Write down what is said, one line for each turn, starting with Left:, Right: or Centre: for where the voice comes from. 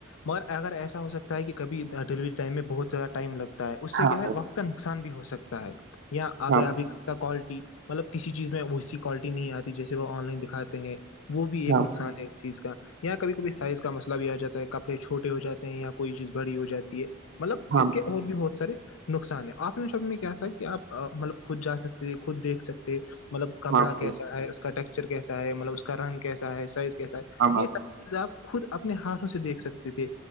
Left: مگر اگر ایسا ہو سکتا ہے کہ کبھی ڈیلیوری ٹائم میں بہت زیادہ ٹائم لگتا ہے اس سے
Right: ہاں
Left: کیا ہے
Right: بھائی
Left: وقت کا نقصان بھی ہو سکتا ہے یا آپ
Right: ہاں
Left: ابھی کوالٹی مطلب کسی چیز میں ویسی کوالٹی نہیں آتی جیسے وہ آن لائن دکھاتے ہیں وہ بھی ایک
Right: ہاں
Left: نقصان ہے چیز کا یہاں کبھی کبھی سائز کا مسئلہ بھی آ جاتا ہے کپڑے چھوٹے ہو جاتے ہیں یااں کوئی چیز بڑی ہو جاتی ہے مطلب
Right: ہاں
Left: اس کے اور بھی بہت سارے نقصان ہے آف لائن شاپنگ میں کیا تھا کہ آپ مطلب خود جا سکتے خود دیکھ سکتے مطلب کپڑا
Right: ہاں بھائی
Left: کیسا ہے اس کا ٹیکسچر کیسا ہے مطلب اس کا رنگ کیسا ہے سائز کیسا ہے
Right: ہاں بھائی
Left: یہ سب آپ خود اپنے ہاتھوں سے دیکھ سکتے تھے